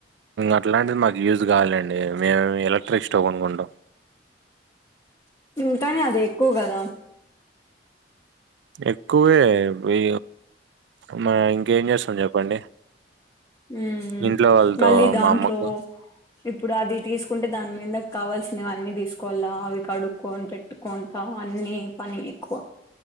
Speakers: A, on the right (about 80°); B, on the left (about 20°).
A: అట్లాంటిది మాకు యూజ్ కావాలండి. మేమ్ ఎలక్ట్రిక్ స్టవ్ అనుకుంటాం
B: ఉంటాని అది ఎక్కువ కదా
A: ఎక్కువే ఇ మ ఇంకేం చేస్తాం చెప్పండి
B: మ్ మ్
A: ఇంట్లో వాళ్ళతో
B: మళ్ళీ దాంట్లో
A: మా అమ్మకు
B: ఇప్పుడు అది తీసుకుంటే దాని మీద కావాల్సినవి అన్నీ తిస్ కొల్లా అవి కడుక్కోన్ పెట్టుకుంటామ్ అన్ని పని ఎక్కువ